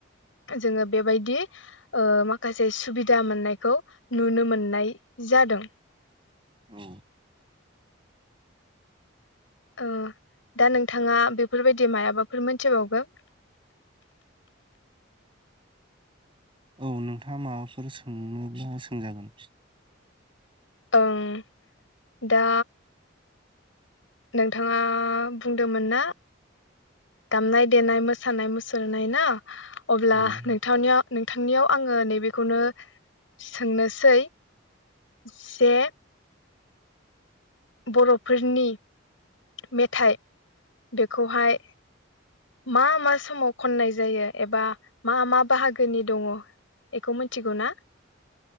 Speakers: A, on the left; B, on the right.
A: जोंङो बेबायदि ओ माखासे सुबिदा मोननायखौ नुनो मोननाय जादों।
B: औ
A: ओ दा नोंथाङा बेफोरबायदि मायबाफोर मोनथिबावगोन?
B: औ नोंथाङा माबाफोर सोंनोब्ला सोंजागोन?
A: ओं दा नोंथाङा बुंदोंमोन ना दामनाय देनाय मोसानाय मुसुरनाय ना अब्ला
B: औ
A: नोंथांनियाव नोंथांनियाव आंङो नैबेखौनो सोंनोसै जे बर'फोरनि मेथाइ बेखौहाय मा मा समाव खननाय जायो एबा मा मा बाहागोनि दङ बेखौ मिथिगौ ना?